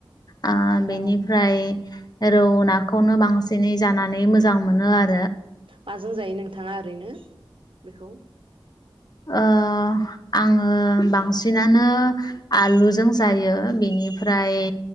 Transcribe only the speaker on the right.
औ
माजों जायो नोंथाङा ओरैनो? बेखौ?
औ